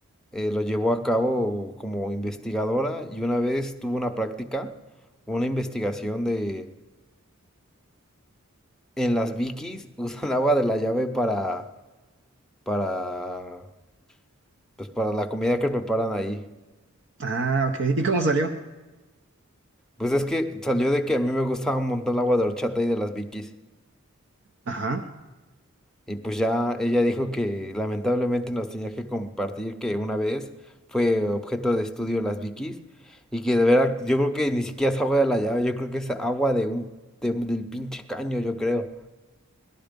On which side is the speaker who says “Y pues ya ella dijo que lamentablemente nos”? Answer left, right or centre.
Centre